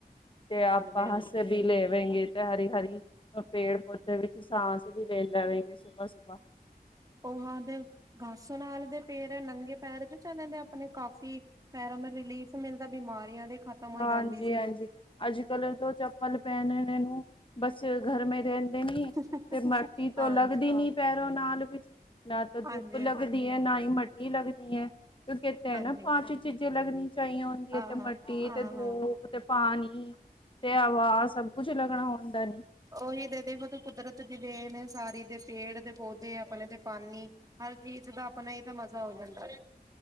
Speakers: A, on the left; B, on the right.
A: ਤੇ ਆਪਾਂ
B: ਹਾਂਜੀ ਹਾਂਜੀ
A: ਹੱਸੇ ਵੀ ਲੈਵਂਗੇ ਤੇ ਹਰੀ ਹਰੀ ਪੇੜ ਪੌਧਦੇ ਵਿੱਚ ਸਾਂਸ ਵੀ ਲੈ ਲਵੇਂਗੇ ਸੁਬਾਹ ਸੁਬਾਹ
B: ਉਹ ਹਾਂ ਦੇ ਗਸੋ ਨਾਲ ਦੇ ਪੇਰ ਨੰਗੇ ਪੈਰ ਚ ਚ ਜਾਂਦੇ ਕਾਫੀ ਪੈਰ ਮ ਰਿਲੀਫ ਮਿਲਦਾ ਬਿਮਾਰੀਆਂ ਦੇ ਖ਼ਤਮ ਹੋ
A: ਹਾਂਜੀ
B: ਜਾਂਦੀ ਸੀ
A: ਹਾਂਜੀ ਅੱਜ ਕੱਲ ਤੋਂ ਚੱਪਲ ਪਹਿਨ ਨੂੰ ਬਸ ਘਰ ਮ ਰਹਿ ਨ
B: ਹਾਂਜੀ,
A: ਤੇ ਮਟੀ ਤੋਂ ਲੱਗਦੀ ਨੀ ਪੈਰੋਂ ਨਾਲ ਵਿੱਚ ਨਾ ਤਾਂ ਧੁੱਪ
B: ਹਾਂਜੀ,
A: ਲੱਗਦੀ ਹੈ ਨਾ ਹੀ ਮਟੀ ਲੱਗਦੀ ਹੈ ਕਿਉਂਕਿ ਤੇ ਹੈ
B: ਹਾਂਜੀ
A: ਨਾ ਪੰਜ ਚੀਜ਼ਾਂ ਲੱਗਣੀੀਆਂ ਚਾਹੀਆਂ ਹੁੰਦੀਆਂ
B: ਆਹ
A: ਤੇ ਮਟੀ
B: ਆਹ
A: ਤੇ ਦੋ ਉ ਪਾਣੀ ਤੇ ਹਵਾ ਸਬ ਕੁਝ ਲੱਗਣਾ ਹੁੰਦਾ ਨੀ
B: ਉਹੀ ਦੇ ਦੇਖੋ ਤਾਂ ਕੁਦਰਤ ਦੀ ਦੇ ਨੇ ਸਾਰੀ ਦੇ ਪੇੜ ਦੇ ਪੌਦੇ ਆਪਣੇ ਇਹਦੇ ਪਾਾਨੀ ਹਰ ਚੀਜ਼ ਦਾ ਆਪਣਾ ਇਹ ਤਾਂ ਮਜ਼ਾ ਹੋ ਜਾਂਦਾ